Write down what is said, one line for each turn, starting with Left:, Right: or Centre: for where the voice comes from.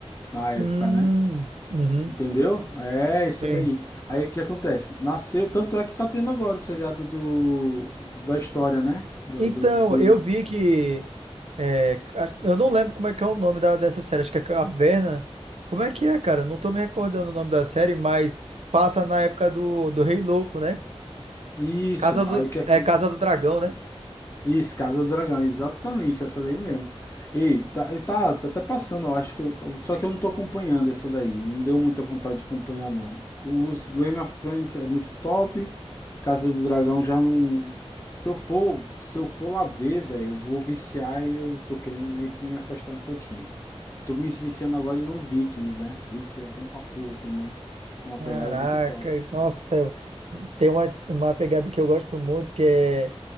Left: na época,
Right: Hum,
Left: né?
Right: uhum.
Left: Entendeu? É, isso
Right: Sim.
Left: é daí. Aí o que acontece? Nasceu, tanto é que tá tendo agora o seriado do, da história, né? Do,
Right: Então,
Left: do, do- do-
Right: eu vi que. é, a- eu não lembro como é que é o nome da, dessa série. Acho que é Caverna. Como é que é, cara? Não tô me recordando o nome da série, mas passa na época do, do Rei Louco, né?
Left: Isso,
Right: Casa do,
Left: aí o que é
Right: é
Left: que...
Right: Casa do Dragão, né?
Left: Isso, Casa do Dragão, exatamente, essa daí mesmo. Ei, tá, e tá, tá até passando, eu acho que... eu- Só que eu não tô acompanhando essa daí, não deu muita vontade de acompanhar, não. Os Game of Thrones é muito top, Casa do Dragão já... não- Se eu for, se eu for lá ver, velho, eu vou viciar e eu tô querendo meio que me afastar um pouquinho. Tô me viciando agora no Vikings, né? Vikings é bom pra porra também. Tem uma
Right: Caraca,
Left: pegada muito top.
Right: e- nossa, eu- tem uma, uma pegada que eu gosto muito que é,